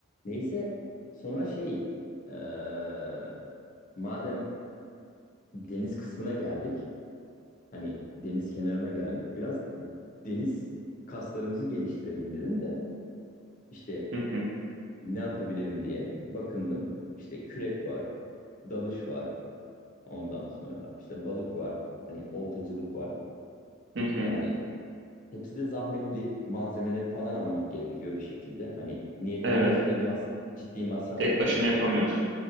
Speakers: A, on the left; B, on the right.
A: Neyse sonra şey eee, madem deniz kısmına geldik hani deniz kenarına geldik biraz deniz kaslarımızı geliştirelim dedim de işte
B: Hı hı,
A: ne yapabilirim diye bakındım işte kürek var dalış var ondan sonra işte balık var hani oltacılık var
B: hı hı.
A: yani hepsi de zahmetli malzemeleri falan almak gerekiyor bir şekilde hani niyetlenince
B: Evet.
A: de mas ciddi masraf
B: Tek
A: yapmak
B: başına
A: gerekiyor.
B: yapamıyorsun.